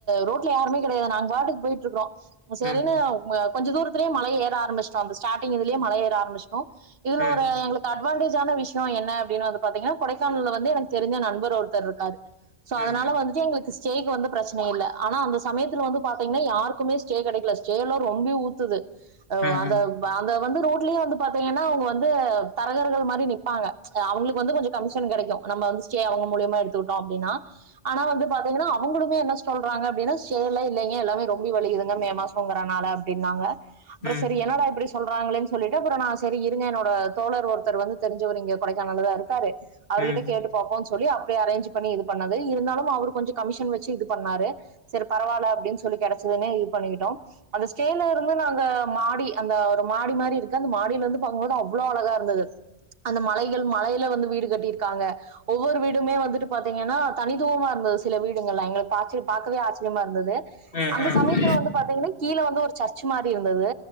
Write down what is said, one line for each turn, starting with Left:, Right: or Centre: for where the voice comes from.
Right: ரோட்ல யாருமே கிடையாது நாங்க பாட்டுக்கு போயிட்ருக்றோ சரிநு
Left: ம்
Right: ம கொஞ்ச தூரத்தலயே மலைய ஏற ஆரம்பிச்டோ அந்த ஸ்டாடிங் இதுலியே மலை ஏற ஆரம்பிச்சோ இதுல
Left: ம்
Right: ஒரு எங்ளுக் கட்வான்டேஜான விஷ்யு என்ன அப்டின்னா வந்து பாத்தீங்கன்னா கொடைக்கானல்ல வந்து எனக்கு தெரிஞ்ச நண்பர் ஒருத்தர் ருக்காரு சோ
Left: ம்
Right: அதனால
Left: ம்
Right: வந்துட்டு எங்ளுக்குஸ் ஜேக்கு வந்து ப்ரச்ன இல்ல ஆனா அந்த சமயத்துல வந்து பாத்தீங்னய் யாருக்குமே ஸ்டே கிடைக்கல ஸ்டேலா ரொம்பி ஊத்துது அவ்
Left: ம் ம்
Right: அந்தவ் அந்த வந்து ரோட்லியே வந்து பாத்தீங்கன்னா அவங்க வந்து தரகர்கள் மாரி நிப்பாங்க அவங்களுக்கு ஜ கொஞ்சம் கமிஷன் கிடைக்கும் நம்ப வந்து ஸ்டே அவங்க மூலியமா எடுத்துக்கிட்டோ அப்டின்னா ஆனா வந்து பாத் சுய்ங்கனா அவங்களுமே என்ன சொல்றாங்க அப்டின்ன ஷேர்ல இல்லைங்க எல்லாமே ரொம்பி வலியுதுங்க மே மாசம்ங்கறனால அப்டின்னாங்க அப்ற
Left: ம்
Right: சரி என்னடா இப்டிஸ் சொல்றாங்களேன்ன சொல்லிட்டு அப்பற நா சரி இருங்க என்னோட தோழர் ஒருத்தர் வந்து தெரிஞ்சவர் இங்க கொடைக்கானல்லதா இருக்காரு
Left: ம்
Right: அருலிட்ட கேட்டுப்பாப்போன் சொல்லி அப்ரே அரேன்ஜு பண்ணி இது பண்ணது இருந்தாலும் அவர் கொஞ்சு கமிஷன் வச்சி இது பண்ணாரு சரி பரவால்ல அப்டின் சொல்லி கிடைச்சதுனே இது பண்ணிக்கிட்டோம் அந்த ஸ்டேல இருந்து நாங்கம் மாடி அந்த ஒரு மாடி மாரி இருக்கு அந்த மாடில இருந்து பாக்கும்போது அவ்ளோ அழகா இருந்தது அந்த மலை யல் மலையில வந்து வீடு கட்டிர்க்காங்க ஒவ்வொரு வீடுமே வந்துட்டு பாத்தீங்கன்னா தனித்துவமா இருந்தது சில வீடுகள்லா எங்ளுக் பாச்சி பாக்கவே ஆச்சரியமா இருந்தது
Left: ம்
Right: அந்த சமயத்துல வந்து பாத்தீங்கன்னய் கீழ வந்து ஒரு ச்சர் மாரி இருந்தது